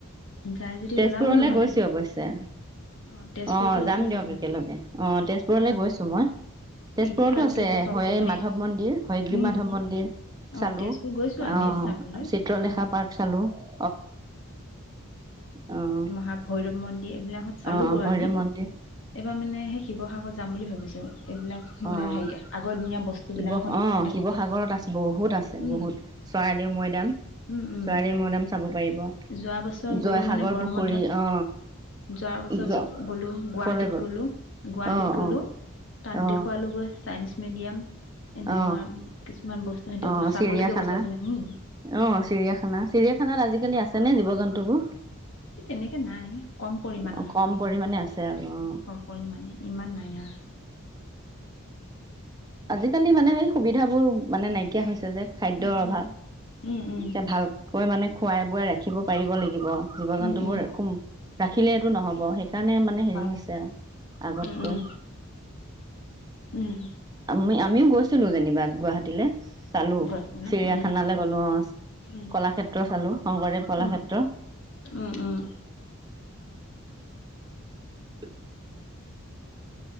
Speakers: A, on the left; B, on the right.
A: উম যাই যদি
B: তেজপুৰলে
A: ওলাব নহ'লে
B: গৈছো অৱশ্যয়ে
A: অ তেজপুৰতো
B: অঁ
A: আছে
B: যাম
A: চাবলে
B: দিয়ক একেলগে অ তেজপুৰলে
A: ওলাব
B: গৈছো মই তেজপুৰতো
A: এতিয়াই ল'ৰা
B: আছে
A: ছোৱালীক দেখুৱাব
B: হয়
A: লাগিব মানে
B: মাধৱ মন্দিৰ গি
A: উম
B: মাধৱ মন্দিৰ
A: অ
B: চালো
A: তেজপুৰ গৈছো আমি
B: অঁ
A: চাবলৈ
B: চিত্ৰলেখা
A: অ
B: পাৰ্ক চালো অঁ অঁ
A: মহা ভৈৰৱ মন্দিৰ এইবিলাকত চালো
B: অঁ
A: কৰো
B: ভৈৰৱ
A: আমি
B: মন্দিৰ
A: এইবাৰ মানে সেই শিৱসাগৰত যাম বুলি ভাবিছো এইবিলাক মানে
B: অঁ
A: হেৰি আগৰ বস্তুবিলাকত
B: শিৱ অ
A: দেখাবলৈ
B: শিৱসাগৰত আছে বহুত আছে
A: উম
B: বহুত চৰাইদেউ মৈদাম
A: উম উম
B: চৰাইদেউ মৈদাম চাব পাৰিব
A: যোৱা বছৰ
B: জয়সাগৰ
A: গলো মানে গৰম
B: পুখুৰী
A: বন্ধত
B: অ
A: যোৱা বছৰ
B: জ
A: গলো গুৱাহাটীত
B: কলে গ'ল
A: গ'লো গুৱাহাটীত
B: অ
A: গলো
B: অ
A: তাত
B: অ
A: দেখুৱালোগৈ চাইনিজ মিডিয়াম এনেকুৱা
B: অ
A: কিছুমান বস্তু
B: অ
A: সখ চাবলগীয়া
B: চিৰিয়াখানা
A: বস্তু আছে ন হম
B: অ চিৰিয়াখানা চিৰিয়াখানাত আজিকালি আছে নে জীৱ জন্তুবোৰ
A: এই তেনেকৈ নাই কম পৰিমাণৰ
B: অ কম পৰিমাণে আছে আৰু অ
A: কম পৰিমাণে ইমান নাই আৰু
B: আজিকালি মানে সেই সুবিধাবোৰ মানে নাইকিয়া হৈছে যে খাদ্যয়ৰ
A: উম
B: অভাৱ
A: উম উম
B: এয়া ভাল কৈ মানে খোৱাই বোৱাই ৰাখিব পাৰিব লাগিব জীৱ
A: উম
B: জন্তুবোৰ
A: উম উম
B: খুব ৰাখিলে এইটো নহব সেই সেইকাৰণে মানে হেৰি
A: হয়
B: হৈছে আৰু আগতকৈ
A: উম উম উম
B: আমি আমিও গৈছিলোঁ যেনিবা গুৱাহাটীলৈ চালো
A: গৈছে ন
B: চিৰিয়াখানালৈ
A: উম
B: গলো অঁহ
A: উম
B: কলাক্ষেত্ৰ চালো শংকৰদেৱ কলাক্ষেত্ৰ
A: উম উম উম
B: <unintelligible>